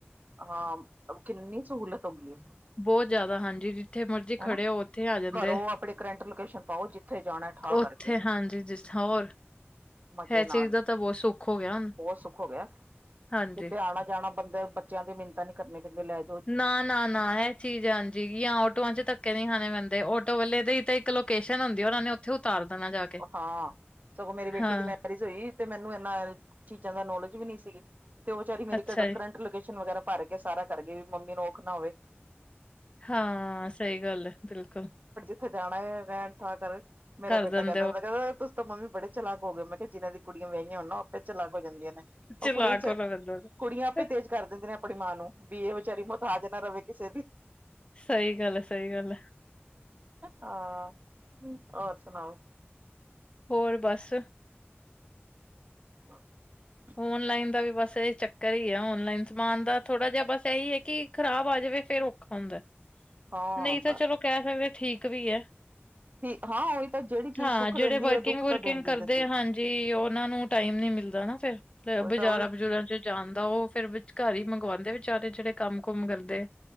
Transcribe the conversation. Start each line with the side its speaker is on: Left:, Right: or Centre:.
Right: ਹਾਂ ਕਿੰਨੀ ਸਹੂਲਤ ਹੋ ਗਈ ਏ-
Left: ਬੋਤ ਜਾਦਾ ਹਾਂਜੀ ਜਿੱਥੇ ਮਰਜ਼ੀ ਖੜੇ
Right: ਹਨਾ।
Left: ਓ ਉੱਥੇ ਆ ਜਾਂਦੇ
Right: ਘਰੋਂ
Left: ਐ।
Right: ਆਪਣੇ ਕਰੰਟ ਲੋਕੇਸ਼ਨ ਪਾਓ ਜਿੱਥੇ ਜਾਣਾ ਠਾ
Left: ਜਿੱਥੇ
Right: ਕਰਕੇ
Left: ਹਾਂਜੀ ਜਿੱਥ‌ ਹੋਰ
Right: ਮਜ਼ੇ
Left: ਐ
Right: ਨਾਲ
Left: ਚੀਜ਼ ਦਾ ਤਾਂ ਬੋਤ ਸੁੱਖ ਹੋ ਗਿਆ ਹੁਣ।
Right: ਬਹੁਤ ਸੁੱਖ ਹੋ ਗਿਆ
Left: ਹਾਂਜੀ।
Right: ਕਿਤੇ ਆਣਾ-ਜਾਣਾ ਬੰਦੇ ਬੱਚਿਆਂ ਦੀ ਮਿੰਨਤਾਂ ਨੀ ਕਰਨੀ ਪੈਂਦੀ ਲੈ ਜੋ
Left: ਨਾ-ਨਾ-ਨਾ ਐ ਚੀਜ਼ ਹਾਂਜੀ ਯਾਂ ਓਟੋਆਂ ਚ ਧੱਕੇ ਨੀ ਖਾਣੇ ਪੈਂਦੇ ਆਟੋ ਵਾਲੇ ਦੀ ਤਾਂ ਇੱਕ ਲੋਕੇਸ਼ਨ ਹੁੰਦੀ ਏ ਉਨਾਂ ਨੇ ਓਥੇ ਉਤਾਰ ਦੇਣਾ ਜਾ ਕੇ।
Right: ਹਾਂ ਸਗੋਂ ਮੇਰੀ ਬੇਟੀ
Left: ਹਾਂ,
Right: ਦੀ ਮੈਰਿਜ ਈ ਤੇ ਮੈਨੂੰ ਏਨਾ ਚੀਜ਼ਾਂ ਦਾ ਨੌਲੇਜ ਵੀ ਨੀ ਸੀਗੀ ਤੇ ਓ ਵਿਚਾਰੀ ਮੇਰੇ
Left: ਅੱਛਾ
Right: ਫ੍ਰੈਂਡ
Left: ਜੀ,
Right: ਲੋਕੇਸ਼ਨ ਵਗੈਰਾ ਪਰ ਕੇ ਸਾਰਾ ਕਰਕੇ ਵੀ ਮੰਮੀ ਨੂੰ ਔਖ ਨਾ ਹੋਵੇ
Left: ਹਾਂ ਸਹੀ ਗੱਲ ਐ ਬਿਲਕੁਲ।
Right: ਜਿਥੇ ਜਾਣਾ ਐ ਵੈਣ ਠਾ ਕਰਣ
Left: ਕਰ ਦਨ
Right: ਤੁਸੀਂ ਤੇ ਮੰਮੀ ਤੁਸੀਂ ਬੜੇ ਚਲਾਕ ਹੋ ਗਏ ਹੋ ਮੈਂ ਕਿਹਾ ਜਿਨਾਂ ਦੀਆਂ ਕੁੜੀਆਂ ਵਿਆਹੀਆਂ ਹੋਣ ਨਾ ਓ ਆਪੇ ਚਲਾਕ ਹੋ ਜਾਂਦੀਆ ਨੇ ਓ
Left: ਚਲਾਕ
Right: ਕੁੜੀਆਂ ਚ
Left: ਹੋਣਾ ਪੈਂਦਾ ਉਹਦਾ।
Right: ਕੁੜੀਆਂ ਆਪੇ ਤੇਜ ਕਰ ਦਿੰਦੀ ਨੇ ਆਪਣੀ ਮਾਂ ਨੂੰ ਵੀ ਏ ਵਿਚਾਰੀ ਮਥਾਜ ਨਾ ਰਹੇ ਕਿ ਸੇ ਦੀ
Left: ਸਈ ਗੱਲ ਐ-ਸਈ ਗੱਲ ਐ।
Right: ਹਾਂ ਔਰ ਸੁਨਾਓ
Left: ਹੋਰ ਬਸ
Right: ਆਹ
Left: ਔਨਲਾਈਨ ਦਾ ਵੀ ਬਸ ਏ ਚੱਕਰ ਈ ਆ ਔਨਲਾਈਨ ਸਮਾਨ ਦਾ ਥੋੜਾ ਜਿਹਾ ਬਸ ਐਹੀ ਹੈ ਕਿ ਖਰਾਬ ਆ ਜਾਵੇ ਫੇਰ ਓ ਹੁੰਦਾ
Right: ਹਾਂ
Left: ਨਹੀਂ ਤਾਂ
Right: ਬਸ
Left: ਚਲੋ ਕੈ ਦਵੇ ਠੀਕ ਵੀ ਹੈ
Right: ਠੀਕ ਹਾਂ ਉਹੀ ਤਾਂ ਜਿਹੜੀ ਚੀਜ਼
Left: ਹਾਂ
Right: ਸੁੱਖ
Left: ਜੇੜੇ
Right: ਦਿੰਦੀ
Left: ਵਰਕਿੰਗ
Right: ਹੈ ਦੁੱਖ
Left: ਵੁਰਕਿੰਗ
Right: ਤਾਂ ਦਿੰਦੀ
Left: ਕਰਦੇ
Right: ਦਿੰਦੀ
Left: ਹਾਂਜੀ ਉਹਨਾ ਨੂੰ ਟਾਈਮ ਨੀ ਮਿਲਦਾ ਨਾ ਫੇਰ
Right: ਉਹੀ
Left: ਬਜ਼ਾਰਾਂ
Right: ਤਾਂ ਉਹੀ
Left: -ਬਜੂਰਾਂ ਚ ਜਾਣਦਾ ਉਹ ਫੇਿਰ ਵਿਚ ਘਰ ਹੀ ਮੰਗਵਾਂਦੇ ਵਿਚਾਰੇ ਜੇੜੇ ਕੰਮ ਕੁਮ ਕਰਦੇ